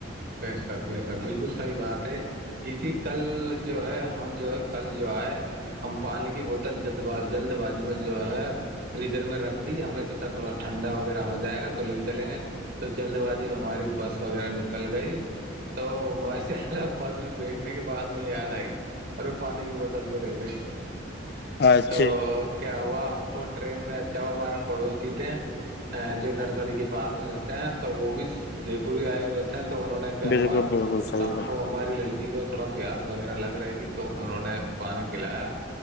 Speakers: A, on the right; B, on the left.
A: بیسب بسب بالکل صحیح بات ہے جیے کل جو ہے ہم جو ہے کل جو ہے ہم پانی کی بوتل ج بال جلد بازی میں جو ہے فریزر میں رکھ دی ہم نے سوچا تھا تھوڑ ھنڈا یر ہو جائے گا تو لے چلیں گے جلد بازی میں ہماری بس وغیرہ نکل گئی تو ماشاء اللہ بس میں بیٹھنے کے بعد میں یاد آئی اور پانی کی بوتل تو رہ گئی
B: اچھا
A: تو کیا ہوا ہم کو ٹرین میں اچھا ہوا ہمارا پڑوسی تھے جو نرسری کے پاس رہتا ہیں تو وہ بھی جے پور ہی آئے ہوئےتے ہیں تو انہوں نے کیا
B: بالکل
A: ہوا
B: بالکل صحیح
A: ہم
B: ہے
A: کو ہماری لڑکی کو تھوڑا پیاس وغیرہ لگ رہی تھی تو انہوں نے پانی پلایا